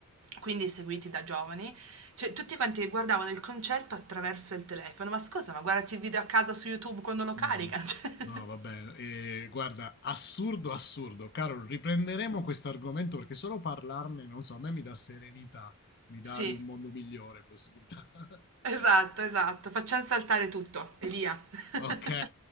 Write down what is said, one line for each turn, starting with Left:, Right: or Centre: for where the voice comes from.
Right: quindi seguiti da giovani, cioè tutti quanti guardavano il concerto attraverso il telefono. Ma scusa, ma guardati il video a casa su YouTube quando lo
Left: no,
Right: caricano? <laughs>
Left: no, vabbè, eh, guarda, assurdo, assurdo, caro, riprenderemo questo argomento perché solo parlarne, non so, a me mi dà serenità, mi dà
Right: Cioè,
Left: di un
Right: sì.
Left: mondo migliore possibilità. <laughs>
Right: Esatto, esatto. Facciam saltare tutto e via. <laughs>
Left: ok.